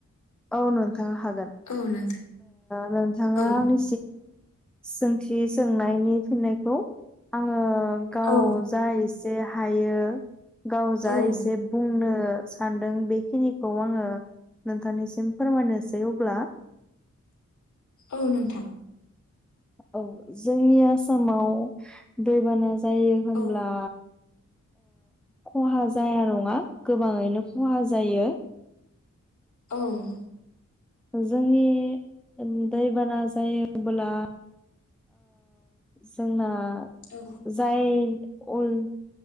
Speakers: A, in the centre; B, on the left (about 75°).
A: औ नोंथां हागोन।
B: औ नोंथां।
A: नोंथाङा
B: औ
A: आंनि सोंथि सोंनायनि फिननायखौ आङो गाव
B: औ
A: जा एसे हायो गाव जा
B: औ
A: एसे बुंनो सानदों बेखिनिखौ आङो नोंथांनिसिम फोरमायनोसै अब्ला
B: औ नोंथां
A: औ जोंनि आसामाव दैबाना जायो होनब्ला
B: औ
A: खहा जाया नङा गोबाङैनो खहा जायो
B: औ
A: जोंनि दैबाना जायोब्ला जोंना
B: औ
A: जायो उन